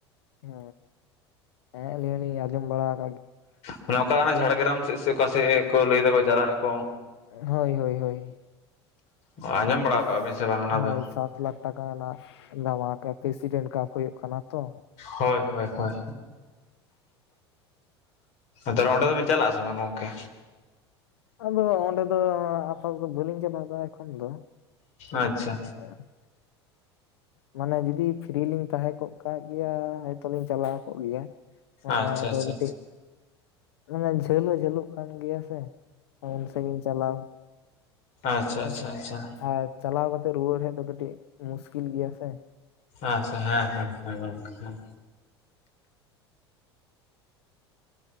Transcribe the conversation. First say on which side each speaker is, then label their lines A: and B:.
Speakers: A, on the left; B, on the left.
A: ᱦᱮᱸ ᱟᱹᱞᱤᱧ ᱦᱚᱸ ᱞᱤᱧ ᱟᱸᱡᱚᱢ ᱵᱟᱲᱟᱰ
B: ᱢᱟᱱᱮ ᱚᱠᱟ ᱚᱱᱮ ᱡᱷᱟᱲᱜᱨᱟᱢ ᱥᱮᱫ ᱥᱮ ᱚᱠᱟ ᱥᱮᱫ ᱠᱚ ᱞᱟᱹᱭ ᱫᱟᱠᱚ ᱪᱟᱞᱟᱜ ᱟᱠᱚ
A: ᱦᱳᱭ ᱦᱳᱭ ᱦᱳᱭ
B: ᱟᱸᱡᱚᱢ
A: ᱚᱱᱛᱮ
B: ᱵᱟᱲᱟ ᱠᱟᱜᱼᱟ ᱵᱤᱱ ᱥᱮ ᱵᱟᱝ ᱚᱱᱟ
A: ᱦᱳᱭ
B: ᱫᱚ
A: ᱥᱟᱛ ᱞᱟᱠᱷ ᱴᱟᱠᱟ ᱨᱮᱱᱟᱜ ᱫᱷᱟᱢᱟᱠᱟ ᱯᱨᱮᱥᱤᱰᱮᱱᱴ ᱠᱟᱯ ᱦᱳᱭᱳᱜ ᱠᱟᱱᱟ ᱛᱚ᱾
B: ᱦᱳᱭ ᱦᱳᱭ ᱦᱳᱭ᱾ ᱛᱟᱞᱮ ᱚᱸᱰᱮ ᱫᱚᱵᱤᱱ ᱪᱟᱞᱟᱜ ᱟᱥᱮ ᱵᱟᱝ ᱜᱚᱝᱠᱮ?
A: ᱟᱫᱚ ᱚᱸᱰᱮ ᱫᱚ ᱟᱥᱟᱠᱚᱨᱮ ᱫᱚ ᱵᱟᱹᱞᱤᱧ ᱪᱟᱞᱟᱣ ᱫᱟᱲᱮᱟᱜ-ᱟ ᱮᱠᱷᱚᱱ ᱫᱚ ᱾ <unintelligible>
B: ᱟᱪᱪᱷᱟ
A: ᱢᱟᱱᱮ ᱡᱩᱫᱤ ᱯᱷᱨᱤᱞᱤᱧ ᱛᱟᱦᱮᱸ ᱠᱚᱜ ᱠᱟᱜ ᱜᱮᱭᱟ ᱦᱚᱭᱛᱚ ᱞᱤᱧ ᱪᱟᱞᱟᱣ ᱠᱚᱜ ᱜᱮᱭᱟ᱾
B: ᱟᱪᱪᱷᱟ
A: ᱚᱱᱟ ᱟᱫᱚ
B: ᱟᱪᱪᱷᱟ
A: ᱢᱤᱫᱴᱤᱡ ᱢᱟᱱᱮ ᱡᱷᱟᱹᱞ ᱦᱚᱸ ᱡᱷᱟᱹᱞᱚᱜ ᱠᱟᱱ ᱜᱮᱭᱟ ᱥᱮ ᱩᱱ ᱥᱟᱸᱜᱤᱧ ᱪᱟᱞᱟᱣ᱾
B: ᱟᱪᱪᱷᱟ
A: ᱦᱮᱸ
B: ᱟᱪᱪᱷᱟ
A: ᱥᱮ
B: ᱟᱪᱪᱷᱟ
A: ᱟᱨ ᱪᱟᱞᱟᱣ ᱠᱟᱛᱮᱜ ᱨᱩᱣᱟᱹᱲ ᱦᱮᱡ ᱫᱚ ᱠᱟᱹᱴᱤᱡ ᱢᱩᱥᱠᱤᱞ ᱜᱮᱭᱟ ᱥᱮ᱾
B: ᱟᱪᱪᱷᱟ ᱦᱮᱸ ᱦᱮᱸ ᱦᱮᱸ ᱜᱚᱝᱠᱮ ᱦᱮᱸ᱾